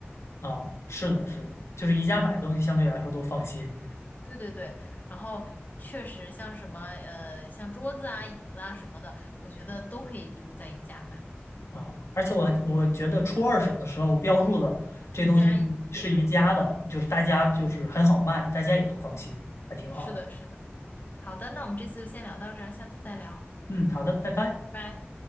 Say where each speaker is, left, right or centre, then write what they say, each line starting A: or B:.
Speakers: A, on the left; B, on the left.
A: 啊。是的，是的，就是宜家买的东西相对来说都放心
B: 对对对，然后确实像什么呃，像桌子啊、椅子啊什么的，我觉得都可以就是在宜家买。
A: 啊。而且我我觉得出二手的时候标注的这东西是是宜家的，
B: 宜家，对，
A: 就是大家就是很好卖，大家也都放心，还挺好的。
B: 是的，是的。好的，那我们这次就先聊到这儿，下次再聊，
A: 嗯，好的，拜拜。
B: 拜拜。